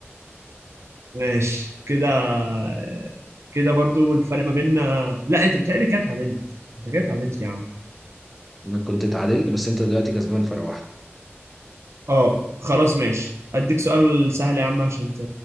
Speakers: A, on the right; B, in the centre.
A: ماشي كده آه، كده برضو الفرق ما بيننا لا انت بتهيألي كده اتعادلت انت كده اتعادلت يا عم
B: أنا كنت اتعادلت بس أنت دلوقتي كسبان فرق واحد
A: اه خلاص ماشي اديك سؤال سهل يا عم عشان ت...